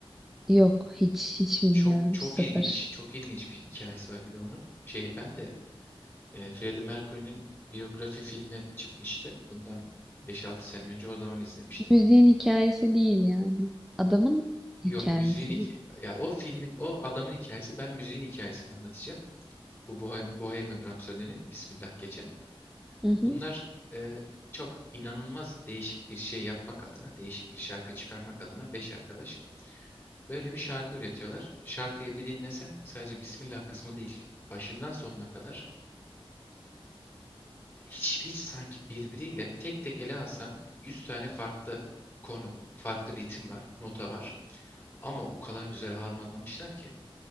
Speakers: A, in the centre; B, on the left.
A: Yok hiç hiç bilmiyorum
B: Çok çok
A: sıfır.
B: ilginç, çok ilginç bir hikayesi var bir de onun. Şey ben de e, Freddie Mercury'nin biyografi filmi çıkmıştı. Bundan beş altı sene önce o zaman izlemiştim.
A: Müziğin hikayesi değil yani. Adamın
B: Yok
A: hikayesi
B: müziğin hik-
A: bu.
B: ya o filmin o adamın hikayesi ben müziğin hikayesini anlatacağım. Bu Bohem- Bohemian Rhapsody'nin Bismillah geçen.
A: Hı hı,
B: Bunlar e, çok inanılmaz değişik bir şey yapmak adına, değişik bir şarkı çıkarmak adına beş arkadaş böyle bir şarkı üretiyorlar. Şarkıyı bir dinlesen sadece Bismillah kısmı değil, başından sonuna kadar hiç, hiç sanki birbiriyle tek tek ele alsan 100 tane farklı konu, farklı ritim var, nota var. Ama o kadar güzel harmanlamışlar ki